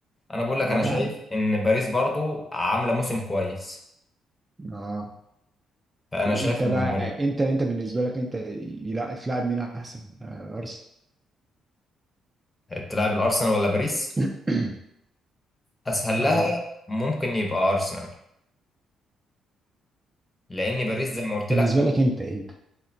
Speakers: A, on the left; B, on the right.
A: انا بقول لك
B: اه
A: انا شايف
B: يعني
A: ان باريس برضو عامله موسم كويس
B: اه
A: فانا شايف
B: انت
A: ان
B: بقى
A: باريس-
B: انت انت بالنسبه لك انت يلع- تلعب مين احسن آه ارسنال
A: تلعب الارسنال ولا باريس
B: <coughs>
A: اسهل
B: <clears throat> اه
A: لها ممكن يبقى ارسنال لان باريس زي ما قلت
B: بالنسبة
A: لك
B: لك أنت أنت